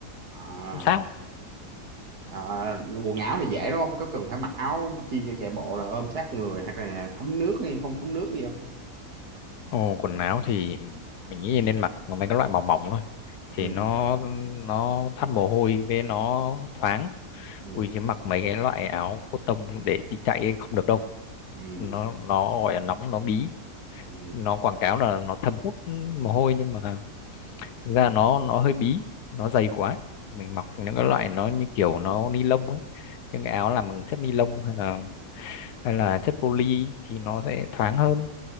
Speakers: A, on the right; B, on the left.
A: À,
B: không sao
A: à, quần áo thì dễ đúng không có cần phải mặc áo chi cho chạy bộ là ôm sát người hoặc là thấm nước hay không thấm nước gì không
B: Ồ, quần áo thì mình nghĩ nên mặc mấy cái loại mỏng mỏng thôi
A: ừ.
B: thì nó nó thoát mồ hôi với nó thoáng
A: Ừ.
B: ui chứ mặc mấy cái loại áo cotton để đi chạy ấy không được đâu
A: Ừ.
B: nó nó gọi là nóng nó bí
A: Ừ.
B: nó quảng cáo là nó thâm hút mồ hôi nhưng mà Thực ra nó nó hơi bí nó dày quá mình mặc những cái loại nó như kiểu nó ni lông ấy những cái áo làm bằng chất ni lông hay là hay là chất poly thì nó sẽ thoáng hơn